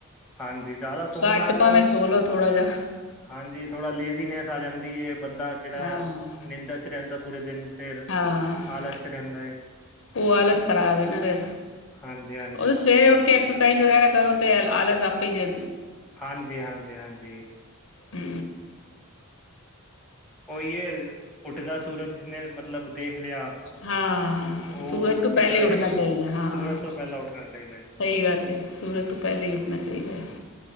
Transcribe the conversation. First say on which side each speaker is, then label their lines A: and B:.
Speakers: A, in the centre; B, on the left.
A: ਹਾਂਜੀ, ਜ਼ਿਆਦਾ ਸੋਣ
B: ਘੱਟ
A: ਨਾਲ
B: ਭਾਵੇਂ ਸੋ ਲੋ ਥੋੜਾ ਜਾ
A: ਹਾਂਜੀ, ਥੋੜਾ ਲੇਜ਼ੀਨੈਸ ਆ ਜਾਂਦੀ ਹੈ। ਬੰਦਾ ਜਿਹੜਾ
B: ਹਾਂ
A: ਨਿੰਦਰ ਚ ਰਹਿੰਦਾ ਪੂਰੇ ਦਿਨ ਫੇਰ,
B: ਹਾਂ
A: ਆਲਸ ਚ ਰਹਿੰਦਾ ਏ।
B: ਉਹ ਆਲਸ ਖਰਾਬ ਏ ਨਾ ਫਿਰ।
A: ਹਾਂਜੀ-ਹਾਂਜੀ,
B: ਉਹ ਤੇ ਸਵੇਰੇ ਉੱਠ ਕੇ ਐਕਸਰਸਾਈਜ਼ ਵਗੈਰਾ ਕਰੋ ਤੇ ਆਲਸ ਆਪੇ ਈ
A: ਹਾਂਜੀ, ਹਾਂਜੀ, ਹਾਂਜੀ!
B: ਹੂੰ।
A: ਉਹੀਏ, ਉੱਠਦਾ ਸੂਰਜ ਜਿਸਨੇ, ਮਤਲਬ ਦੇਖ ਲਿਆ।
B: ਹਾਂ,
A: ਉਹ
B: ਸੂਰਜ ਤੋਂ ਪਹਿਲੇ
A: ਫਿਟ ਰਹੇਗਾ
B: ਹੀ ਉੱਠਣਾ ਚਾਹੀਦਾ ਹਾਂ।
A: ਸੂਰਜ ਤੋਂ
B: ਸਹੀ
A: ਪਹਿਲਾਂ ਉੱਠਣਾ ਚਾਹੀਦਾ ਹੈ
B: ਗੱਲ ਏ। ਸੂਰਜ ਤੋਂ ਪਹਿਲਾਂ ਹੀ, ਉੱਠਣਾ ਚਾਹੀਦਾ ਹੈ।